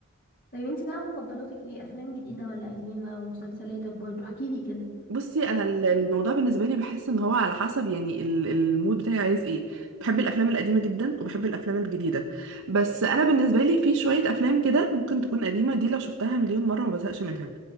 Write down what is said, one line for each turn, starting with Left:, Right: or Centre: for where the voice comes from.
Left: طيب انتي بقى مفضلاتك ايه أفلام جديدة ولا قديمة ومسلسلاتك برضو احكيلي كده
Right: بصي انا ال- الموضوع بالنسبه لي بحس ان هو على حسب يعني ال- المود بتاعي عايز ايه بحب الافلام القديمه جدا وبحب الافلام الجديده بس انا بالنسبه لي في شويه افلام كده ممكن تكون قديمه دي لو شفتها مليون مره ما بزهقش منها